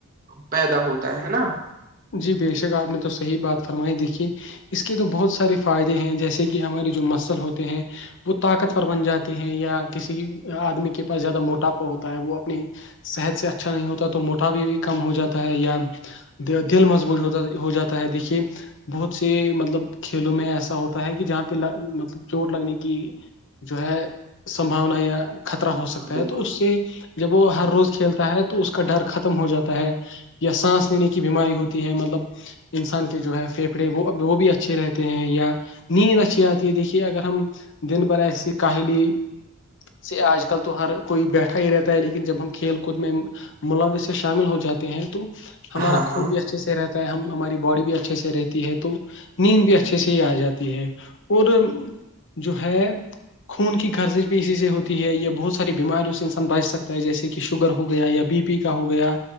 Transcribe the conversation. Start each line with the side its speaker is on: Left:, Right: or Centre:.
Right: پیدا ہوتا ہے نا
Left: جی بے شک آپ نے تو صحیح بات فرمائی دیکھی اس کے تو بہت سارے فائدے ہیں جیسے کہ ہماری جو مسل ہوتے ہیں وہ طاقتور بن جاتے ہیں یا کسی آدمی کے پاس زیادہ موٹاپا ہوتا ہے وہ اپنی صحت سے اچھا نہیں ہوتا تو موٹا بھی کم ہو جاتا ہے یا دل مضبوط ہوتا ہو جاتا ہے دیکھیے بہت سے مطلب کھیلوں میں ایسا ہوتا ہے کہ جہاں پہ مطلب چوٹ لگنے کی جو ہے سمباونا یا خطرہ ہو سکتا
Right: ہاں بالکل
Left: ہے تو اس سے جب وہ ہر روز کھیلتا ہے تو اس کا ڈر ختم ہو جاتا ہے یا سانس لینے کی کی بیماری ہوتی ہے مطلب انسان کے جو ہے پھیپڑے وہ وہ بھی اچھے رہتے ہیں یا نیند اچھی آتی ہے دیکھیے اگر ہم دن بھر ایسی کاہلی سے آج کل تو ہر کوئی بیٹھا ہی رہتا ہے لیکن جب ہم کھیل کود میں ملاز سے شامل ہو جاتے ہیں تو ہمارا
Right: ہاں
Left: خون
Right: ہاں
Left: بھی اچھے سے رہتا ہے ہم ہماری باڈی بھی اچھے سے رہتی ہے تو نیند بھی اچھے سے ہی آ جاتی ہے اور جو ہے خون کی گرزش بھی اسی سے ہوتی ہے یا بہت ساری بیماریوں سے انسان بچ سکتا ہے جیسے کہ شوگر ہو گیا یا بی پی ہو گیا